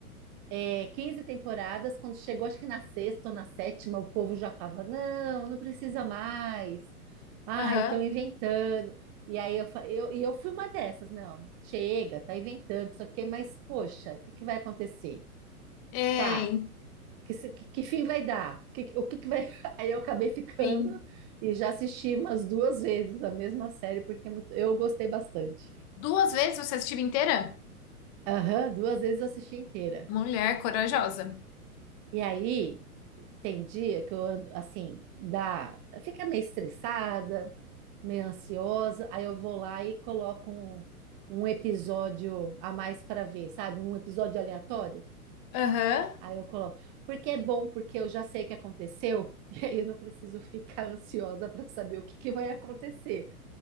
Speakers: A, on the right; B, on the left.
A: é, 15 temporadas, quando chegou, acho que na sexta ou na sétima, o povo já tava, não, não precisa mais. Ah,
B: aham.
A: estão inventando. E aí eu, fa- eu, e eu fui uma dessas, não, chega, tá inventando, isso aqui, mas poxa, o que que vai acontecer?
B: É,
A: Tá, que, se- que- que fim vai dar? Que- o que, que vai. <laughs> Aí eu acabei ficando
B: enfim.
A: e já assisti umas duas vezes a mesma série, porque é muito- eu gostei bastante.
B: Duas vezes você assistiu inteira?
A: Aham, duas vezes eu assisti inteira.
B: Mulher corajosa.
A: E aí tem dia que eu ando assim, dá, fica meio estressada, meio ansiosa, aí eu vou lá e coloco um, um episódio a mais para ver, sabe? Um episódio aleatório.
B: Aham.
A: Aí eu coloco, porque é bom, porque eu já sei o que aconteceu, <laughs> e aí eu não preciso ficar ansiosa para saber o que que vai acontecer.